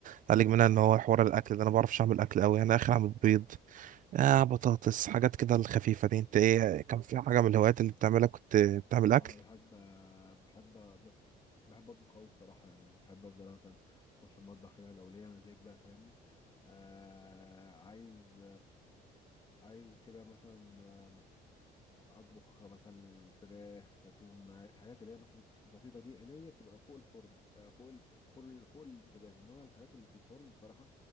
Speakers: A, on the right; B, on the left.
A: أتعالج منها إن
B: مم.
A: هو حوار الأكل ده أنا ما بعرفش أعمل أكل قوي أنا آخر أعمل بيض آه بطاطس حاجات كده الخفيفة دي انت ايه كان في حاجة من الهوايات اللي بتعملها كنت بتعمل
B: اه
A: أكل؟
B: انا بحب بحب بحب اطبخ قوي الصراحه يعني بحب افضل مثلا اخش المطبخ كده لو ليا مزاج بقى فاهمني آه عايز عايز كده مثلا اطبخ مثلا فراخ تونه الحاجات اللي هي مثلا البسيطه دي اللي هي بتبقى فوق الفرن آه، فوق ال... فوق ال... فوق البوتاجاز انما الحاجات اللي في الفرن الصراحه